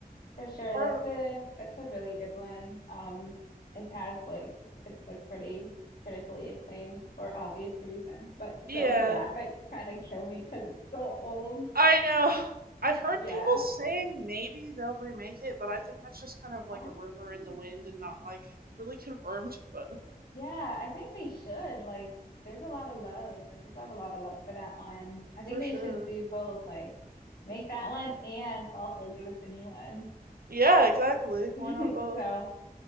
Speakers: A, on the left; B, on the right.
A: For sure. That's
B: Or
A: a that's a really good one. Um, it has like it's like pretty critically acclaimed for obvious reasons, but
B: yeah,
A: still the graphics kind of kill me because it's so old.
B: I know. <sighs> I've heard
A: Yeah.
B: people saying maybe they'll remake it, but I think that's just kind of like
A: Oh.
B: a rumor in the wind and not like really <laughs> confirmed, but
A: Yeah, I think they should. Like, there's a lot of love. Like, people have a lot of love for that one. I think
B: for
A: they
B: sure.
A: should do both, like make that one and also give us a new one.
B: Yeah, exactly.
A: <laughs>
B: Why not both?
A: So